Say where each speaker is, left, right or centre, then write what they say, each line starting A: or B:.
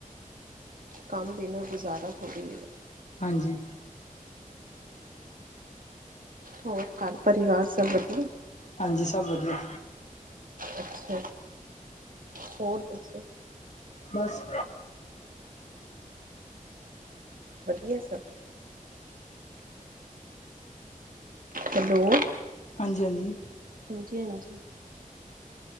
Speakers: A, on the right; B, on the left.
A: ਕੰਮ ਦੇਣਾ ਗੁਜ਼ਾਰਾ ਥੋੜੀ ਹੈ
B: ਹਾਂਜੀ
A: ਹੋਰ ਘਰ ਪਰਿਵਾਰ ਸਭ ਵਧੀਆ
B: ਹਾਂਜੀ ਸਭ ਵਧੀਆ
A: ਅੱਛਾ ਹੋਰ ਦੱਸੋ
B: ਬਸ
A: ਵਧੀਆ ਸਭ ਹੈਲੋ
B: ਹਾਂਜੀ ਹਾਂਜੀ
A: ਹਾਂਜੀ ਹਾਂਜੀ